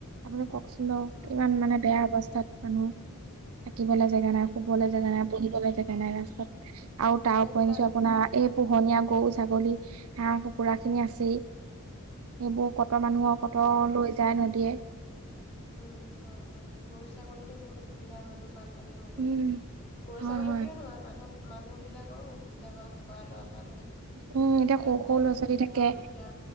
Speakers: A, on the right (about 70°); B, on the left (about 45°).
A: আপুনি কওঁকচোন?
B: অ
A: কিমান মানে বেয়া অৱস্থাত মানুহ থাকিব লাগে। জেগা নাই শুবলৈ
B: হয় হয়
A: জেগা নাই বহিবলৈ জে তেনে ৰাস্তাত আও তা
B: সেইবিলাক
A: পঞ্চো আপোনাৰ,
B: মানে
A: এই পোহনীয়া গৰু-ছাগলী হাঁহ-কুকুৰা খিনি আছেই। সেইবোৰ কত
B: আছে
A: মানুহৰ
B: গৰু-ছাগলীটো
A: কত লৈ যায় নদীয়ে
B: উম, হয়, হয় গৰু-ছাগলী বহুত অসুবিধা হয় ন বান পানী হৈ গ'লে।
A: উম
B: গৰু
A: হয়
B: ছাগলী
A: হয়
B: বুলিয়ও নহয় মানুহক মানুহ বিলাকৰো অসুবিধা হয় খোৱা লোৱা। <unintelligible> আকৌ
A: উম এতিয়া সৰু সৰু ল'ৰা ছোৱালী
B: ধৰক
A: থাকে
B: এতিয়া